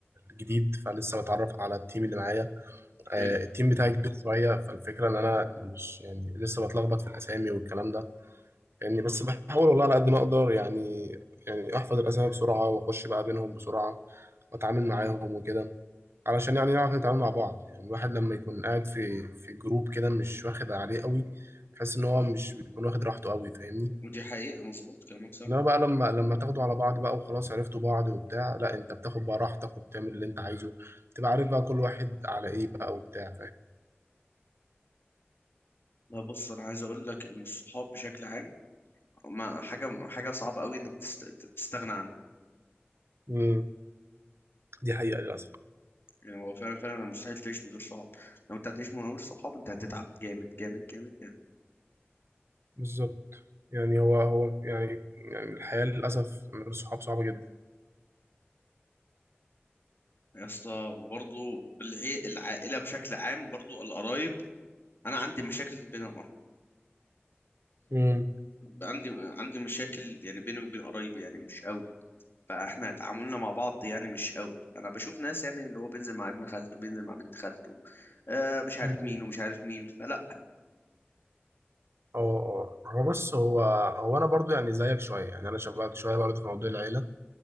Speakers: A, on the right; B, on the left.
A: جديد فلسه بتعرف على التيم اللي معايا آه،
B: حلو
A: التيم بتاعي كبير شويه فالفكره ان انا مش يعني لسه بتلخبط في الاسامي والكلام ده يعني بس بحاول والله على قد ما اقدر يعني يعني احفظ الاسامي بسرعه واخش بقى بينهم بسرعه واتعامل معاهم وكده علشان يعني نعرف نتعامل مع بعض يعني الواحد لما يكون قاعد في في جروب كده مش واخد عليه قوي تحس ان هو مش بيكون واخد راحته قوي فاهمني
B: ودي حقيقة مظبوط كلامك صح
A: انما بقى لما لما تاخدوا على بعض بقى وخلاص عرفتوا بعض وبتاع لا انت بتاخد بقى راحتك وبتعمل اللي انت عايزه تبقى عارف بقى كل واحد على ايه بقى وبتاع
B: لا بص أنا عايز أقول لك إن الصحاب بشكل عام ما حاجة حاجة صعبة أوي إنك تست... تستغنى عنها
A: فاهم دي حقيقة للأسف
B: يعني هو فعلا فعلا مستحيل تعيش من غير صحاب لو أنت هتعيش من غير صحاب أنت هتتعب جامد جامد جامد جامد
A: بالظبط يعني هو هو يعني يعني الحياة للأسف من غير صحاب صعبة جدا
B: يا اسطى وبرضه العي... العائلة بشكل عام برضه القرايب أنا عندي مشاكل بين أه...
A: امم
B: عندي عندي مشاكل يعني بيني وبين قرايبي يعني مش قوي فاحنا تعاملنا مع بعض يعني مش قوي انا بشوف ناس يعني اللي هو بينزل مع ابن خالته بينزل مع بنت خالته آه مش عارف
A: مم.
B: مين ومش عارف مين فلا
A: اه اه هو بص هو هو أنا برضو يعني زيك شوية يعني أنا شبهك شوية برضو في موضوع العيلة